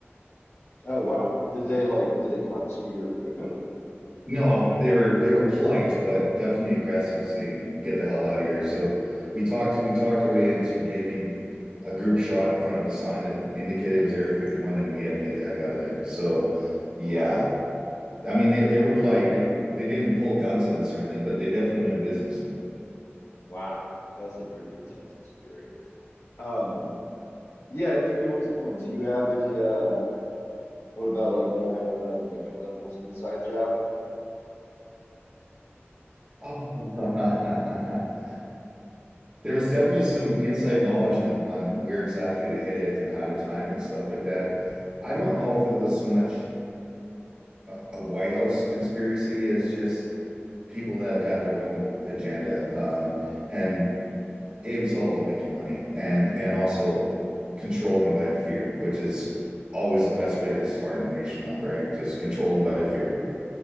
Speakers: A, on the left; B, on the right.
A: Oh, wow. Did they like, did they confiscate your equipment?
B: No, they were they were polite, but definitely aggressive, saying "Get the hell out of here." So we talked we talked our way into getting a group shot in front of a sign that indicated it was Area 51, and we had to get the heck out of there. So yeah,
A: Wow.
B: I mean they they were
A: Uh,
B: polite. They they didn't pull guns on us or anything, but they definitely meant business.
A: wow. That's a pretty intense experience. Um, yeah, Area 51 is a good one. Do you have any uh What about like nine eleven? Do you think nine eleven was an inside job?
B: Oh. <laughs> There was definitely some inside knowledge on on where exactly to hit it and how to time it and stuff like that. I don't know if it was so much a, a White House conspiracy as just people that had their own agenda. Um, And it was all about making money and and also controlling by fear, which is always the best way to smarten a nation up, right? Just control them by fear.